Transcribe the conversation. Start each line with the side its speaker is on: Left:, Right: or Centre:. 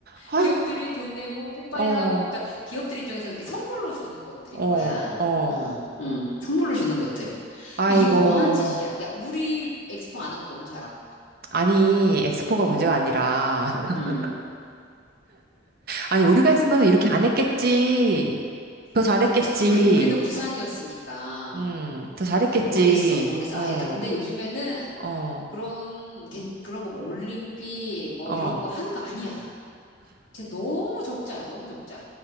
Right: 아휴,
Left: 기업들이 돈 내고 뽐빠이
Right: 어,
Left: 하고, 그러니까 기업들 입장에서는 이렇게 선물로 주는 것들인
Right: 어,
Left: 거야.
Right: 어.
Left: 응, 응. 선물로 주는 것들.
Right: 아이고.
Left: 이게 뭐 하는 짓이야? 야, 우리 엑스포 안 한 거 너무 잘한
Right: 아니, 엑스포가
Left: 거야. 어,
Right: 문제가 아니라. <laughs>
Left: 응.
Right: 아니, 우리가 했으면 이렇게 안 했겠지. 더 잘했겠지.
Left: 우리, 우리는 부산이었으니까.
Right: 음, 더 잘했겠지.
Left: 아, 모르겠어, 모르겠어.
Right: 어,
Left: 아니, 나- 근데 요즘에는
Right: 어,
Left: 그런, 게- 그런 거 뭐 올림픽 뭐
Right: 어.
Left: 이런 거 하는 거 아니야. 진짜 너무 적자야, 너무 적자.